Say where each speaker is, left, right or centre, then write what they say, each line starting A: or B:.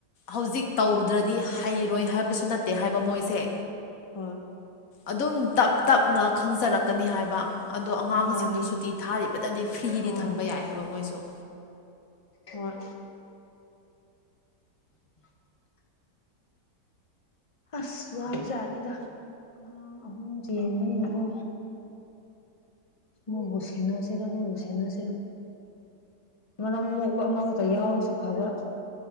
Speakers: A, on the left (about 60°); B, on the left (about 25°).
A: ꯍꯧꯖꯤꯛ ꯇꯧꯗ꯭ꯔꯗꯤ ꯍꯩꯔꯣꯏ ꯍꯥꯏꯕꯁꯨ ꯅꯠꯇꯦ ꯍꯥꯏꯕ ꯃꯣꯏꯁꯦ
B: ꯍꯣꯏ
A: ꯑꯗꯨꯝ ꯇꯞ ꯇꯞꯅ ꯈꯪꯖꯔꯛꯀꯅꯤ ꯍꯥꯏꯕ ꯑꯗꯣ ꯑꯉꯥꯡꯁꯤꯡꯗꯣ
B: ꯃꯥꯅꯤ
A: ꯁꯨꯇꯤ ꯊꯥꯔꯤꯕꯗꯗꯤ ꯐ꯭ꯔꯤꯗꯤ
B: ꯑꯥ
A: ꯊꯝꯕ ꯌꯥꯏ ꯍꯥꯏꯕ ꯃꯣꯏꯁꯨ
B: ꯍꯣꯢ <inaudible> ꯑꯁ ꯋꯥꯕ ꯖꯥꯠꯅꯤꯗ ꯑꯉꯥꯡ ꯑꯍꯨꯝ ꯆꯦꯟꯕꯅꯤꯅꯀꯣ ꯑꯃꯕꯨ ꯁꯦꯅꯁꯤꯔ ꯑꯃꯕꯨ ꯁꯦꯅꯁꯤꯔ ꯃꯅꯝ ꯃꯣꯛꯄ ꯑꯃꯈꯛꯇ ꯌꯥꯎꯔꯁꯨ ꯐꯕ